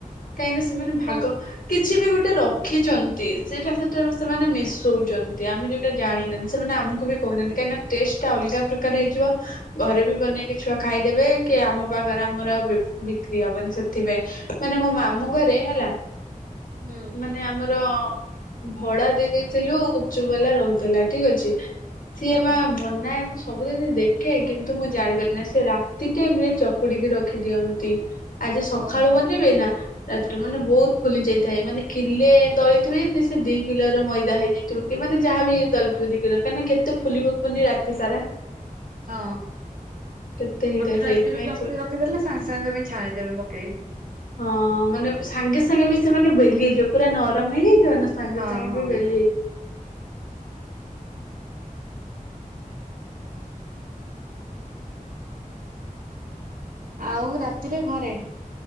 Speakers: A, on the left; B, on the right.
A: କାହିଁକିନା ସେମାନେ ଭାଗ
B: ନଷ୍ଟ
A: କିଛି ବି ଗୋଟେ ରଖିଛନ୍ତି ସେଇଟା ସେଟା ସେମାନେ ମିଶଉଛନ୍ତି ଆମେ ଯ ଜାଣିନାହାନ୍ତି ସେମାନେ ଆମକୁ ବି କହୁନାହାନ୍ତି କାହିଁକିନା ଟେଷ୍ଟ ଟା ଅଲଗା ପ୍ରକାର ହେଇଯିବ ଘରେ ବି ବନେଇକି ଛୁଆ ଖାଇଦେବେ କି ଆମ ପାଖରେ ଆମର ଆଉ ବିକ୍ରି ହବନି ସେଥିପାଇଁ ମାନେ ମ ମାମୁଁ ଘରେ ହେଲା
B: ହୁଁ।
A: ମାନେ ଆମର ଭଡା ଦେଇ ଦେଇେଇଥିଲୁ ଗୁପଚୁପବାଲା ରହୁଥିଲା ଠିକ ଅଛି। ସିଏ
B: ହଁ
A: ବା ବନାଏ ମୁଁ ସବୁଦିନ ଦେଖେ କିନ୍ତୁ ମୁଁ ଜାଣିପାରେନା ସେ ରାତି ଟାଇମ୍ ରେ ଚ କୁଡିକି ରଖିଦିଅନ୍ତି ଆଜି ସକାଳୁ
B: ଓହୋ
A: ବନେଇବେ ନା। ରାତିରେ ମାନେ ବହୁତ ଫୁଲି ଯାଇଥାଏ ମାନେ କିଲେ ଦଳିଥିବେ ଯେ ସେ ଦି କିଲୋର ମଇଦା ହୋଇଯାଇଥିବ। ଏମାନେ ଯାହା ବିି ଦ ଦି କାଇଁକି ନା କେତେ ଫୁଲିବ କୁହନି ରାତି ସାରା।
B: ହଁ
A: କେତେ ହେଇଥାଏ
B: ଗୋଟେ ରାତିରେ
A: ସେଇଥିପାଇଁ
B: ଚକୁଡ଼ି
A: ସେ
B: ରଖି ବେଲିଦେଲେ ସାଙ୍ଗେ ସାଙ୍ଗେ ଛାଣିଦେବେ ପକେଇ
A: ହଁ ମାନେ ସାଙ୍ଗେ ସାଙ୍ଗେ ବି ସେମାନେ ବେଲି ହେଇଯିବ ପୁରା ନରମ ହେଇଯାଇଥିବ ନା। ସାଙ୍ଗେ
B: ହଁ
A: ସାଙ୍ଗେ
B: ହଁ।
A: ବି ବେଲିଏ
B: ଆଉ ରାତିରେ ଘରେ?